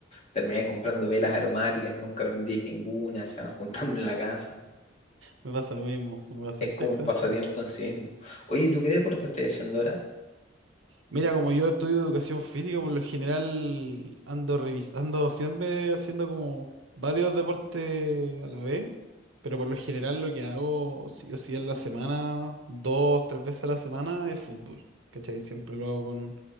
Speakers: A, on the left; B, on the right.
A: terminé comprando velas aromáticas, nunca prendís ninguna, se van juntando en la casa.
B: Me pasa lo mismo, me pasa
A: Es
B: exactamente.
A: como un pasatiempo en sí mismo. Oye, ¿tú qué deporte estás haciendo ahora?
B: Mira, como yo estudio educación física, por lo general ando revisando, siempre haciendo como varios deportes a la vez, pero por lo general lo que hago, sí o sí, en la semana, dos, tres veces a la semana, es fútbol. ¿Cachai? Siempre lo hago con,